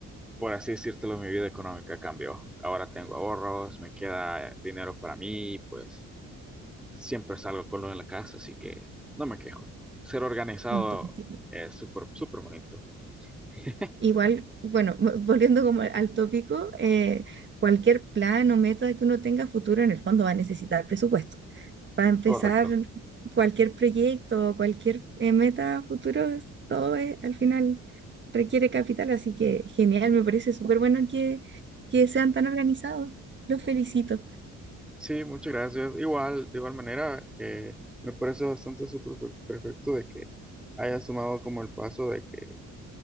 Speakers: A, in the centre; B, on the right (about 40°).
A: por así decírtelo, mi vida económica cambió. Ahora tengo ahorros, me queda dinero para mí, pues siempre salgo con lo en la casa, así que no me quejo. Ser organizado
B: Fantástico.
A: es súper, súper bonito. <laughs>
B: Igual, bueno, <laughs> vo- volviendo como al tópico, eh, cualquier plan o método que uno tenga a futuro en el fondo va a necesitar presupuesto. Para empezar
A: Correcto.
B: cualquier proyecto o cualquier eh, meta a futuro, todo es- al final requiere capital, así que genial, me parece súper bueno que, que sean tan organizados. Los felicito.
A: Sí, muchas gracias. Igual, de igual manera, eh, me parece bastante súper per- perfecto de que hayas tomado como el paso de que